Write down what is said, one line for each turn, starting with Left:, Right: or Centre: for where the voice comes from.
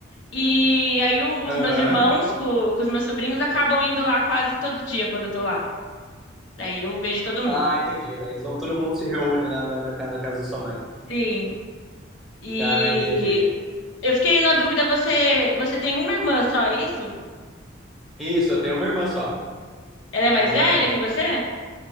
Left: E aí, o-
Centre: Aham.
Left: os meus irmãos com, com os meus sobrinhos acabam indo lá quase todo dia quando eu tô lá. Daí eu vejo todo mundo.
Centre: Ah, entendi. Daí eles vão, todo mundo se reúne na, na, na ca- na casa da sua mãe.
Left: Sim. E
Centre: Ah, entendi.
Left: Eu fiquei na dúvida, você, você tem uma irmã só, é isso?
Centre: Isso, eu tenho uma irmã só.
Left: Ela é mais
Centre: Tenho
Left: velha
Centre: uma irmã.
Left: que você?